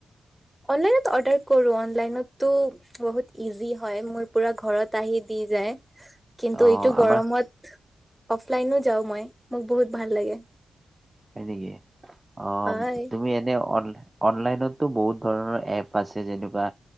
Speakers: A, in the centre; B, on the right.
A: <unintelligible> অৰ্ডাৰ কৰোঁ অনলাইনতটো বহুত ইজি হয় মোৰ পুৰা ঘৰত আহি দি যায়। কিন্তু
B: অ',
A: এইটো গৰমত
B: আমাৰ
A: অফলাইনো যাওঁ মই মোক বহুত ভাল লাগে।
B: হয় নেকি অ',
A: হয়।
B: তুমি এনে অনলাই অনলাইনতটো বহুত ধৰণৰ এপ আছে যেনেকুৱা